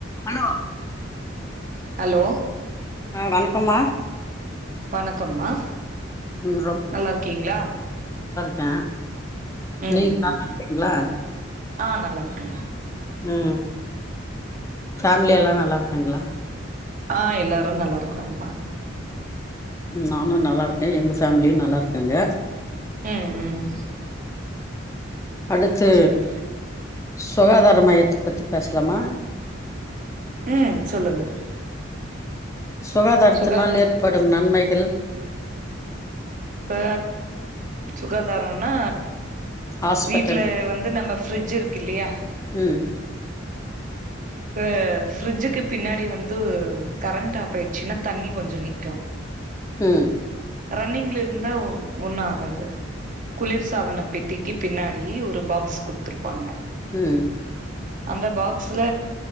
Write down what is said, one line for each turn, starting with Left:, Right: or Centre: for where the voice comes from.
Left: Hello
Right: hello
Left: ஆ வணக்கம்மா
Right: வணக்கம்மா
Left: ம்
Right: நல்லா இருக்கீங்களா
Left: கெ
Right: ம்
Left: நீங்க
Right: ம்
Left: நல்லா இருக்கீங்களா
Right: ஆ நல்லாருக்க
Left: ம் ஃபேமிலி எல்லா நல்லா இருக்காங்களா
Right: ஆ எல்லாரு நல்லா இருக்குறாங்மா
Left: நானு நல்லா இருக்க எங்க ஃபேமிலியு நல்லா இருக்காங்க
Right: ம் ம் ம்
Left: அடுத்து
Right: சரி
Left: சுகாதார மையத்த பத்தி பேசலாமா
Right: ம் சொல்லுங்க
Left: சுகாதாரத்தினால்
Right: சுகாதார
Left: ஏற்படும் நன்மை கள்
Right: அ சுகாதாரன்னா
Left: ஹாஸ்பிட்டல்
Right: வீட்ல வந்து நம்ம ஃபிரிட்ஜ்ஜு இருக் இல்லியா
Left: ம்
Right: இப்ப ஃபிரிட்ஜுக்கு பின்னாடி வந்து கரண்ட் ஆப் ஆயிச்சுனா தண்ணி கொஞ்சோ நிக்கு
Left: ம்
Right: ரன்னிங்ல இரு இருந்தா ஒ ஒன்னு ஆகாது குளிர் சாதன பெட்டிக்கு பின்னாடி ஒரு பாக்ஸ் குடுத்துருப்பாங்க
Left: ம்
Right: அந்த பாக்ஸ்ல